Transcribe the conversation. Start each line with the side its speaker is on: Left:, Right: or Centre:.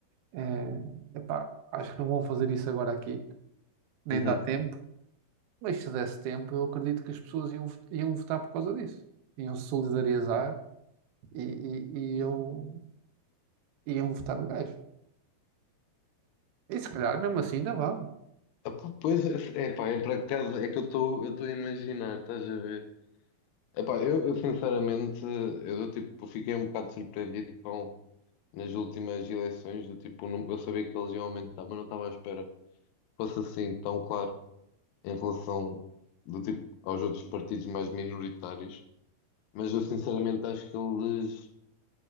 Right: Eh, epá, acho que não vão fazer isso agora aqui. nem
Left: uhum.
Right: dá tempo, mas se desse tempo, eu acredito que as pessoas iam, vot- iam votar por causa disso. Iam se solidarizar e, e, e iam, iam votar no gajo. E se calhar mesmo assim ainda vão.
Left: Ah, p- Pois, é pá, é por acaso, é que eu estou eu estou a imaginar, estás a ver? Epá, eu, eu sinceramente, eu do tipo, fiquei um bocado surpreendido com, nas últimas eleições, do tipo, não- eu sabia que eles iam aumentar, mas não estava à espera que fosse assim tão claro em relação, do tipo, aos outros partidos mais minoritários. Mas eu sinceramente acho que eles,